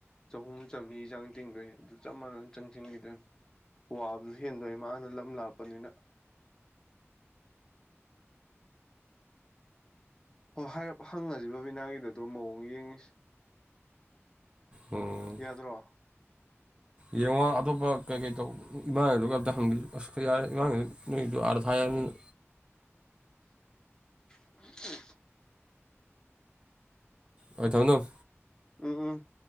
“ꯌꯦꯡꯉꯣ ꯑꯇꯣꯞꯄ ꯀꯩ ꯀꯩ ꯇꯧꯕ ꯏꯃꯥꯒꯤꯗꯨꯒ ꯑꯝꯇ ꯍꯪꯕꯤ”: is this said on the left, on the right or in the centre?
Right